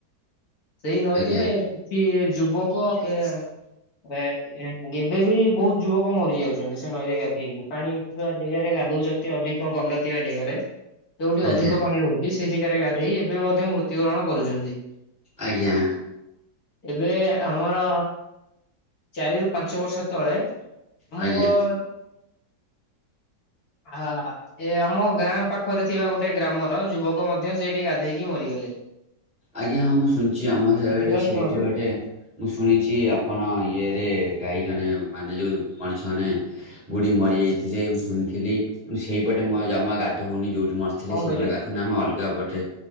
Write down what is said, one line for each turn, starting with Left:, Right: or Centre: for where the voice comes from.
Left: ସେଇ ନଈରେ
Centre: ଆଜ୍ଞା
Left: କିଛି ଯୁବକ କେ ରେ ଏଁ ଏବେ ବି ବହୁତ ଯୁବକ ମରିଯାଉଛନ୍ତି ସେ ନଈରେ ଗାଧେଇକି ପାଣି ଥିବା ଜେଗାରେ ଗାଧଉଚ ଟିକେ ଅଧିକ ଗଣ୍ଡ ଥିବା ଜେଗାରେ। ଯୋଉଠି
Centre: ଆଜ୍ଞା
Left: ଅଧିକ ପାଣି ରହୁଛି ସେ ଜେଗାରେ ଗାଧେଇ ଏବେ ମଧ୍ୟ ମୃତ୍ୟୁବରଣ କରୁଛନ୍ତି।
Centre: ଆଜ୍ଞା।
Left: ଏବେ ଆମର ଚାରିରୁୁ ପାଞ୍ଚ ବର୍ଷ ତଳେ। <inaudible>
Centre: ଆଜ୍ଞା।
Left: ଆ। ଏ ଆମ ଗାଁ ପାଖରେ ଥିବା ଗୋଟେ ଗ୍ରାମର ଯୁବକ ମଧ୍ୟ ସେଇଠି ଗାଧେଇକି ମରିଗଲେ।
Centre: ଆଜ୍ଞା ହଁ ମୁଁ ଶୁଣିଚି
Left: ସେ
Centre: ଆମ ହେଆଡ଼େ
Left: ସେଥିପାଇଁ
Centre: ସେଇଠି
Left: ଶୁଣନ୍ତୁ
Centre: ଗୋଟେ। ମୁଁ ଶୁଣିଚି ଆପଣ ଇଏରେ ଗାଈ ଜଣେ ମାନେ ଯୋଉ ମଣିଷ ମାନେ ବୁଢୀ ମରିଯାଇଥିଲେ ମୁଁ ଶୁଣିଥିଲି ମୁଁ ସେଇପଟେ ମୁଁ ଆଉ ଜମା ଗାଧୋଉନି ଯୋଉଠି ମର୍ ଥିଲେ
Left: କଣ
Centre: ସେଇପଟେ
Left: କହିଲେ
Centre: ଗାଧୋଉନୁ ଆମେ ଅଲଗା ପଟେ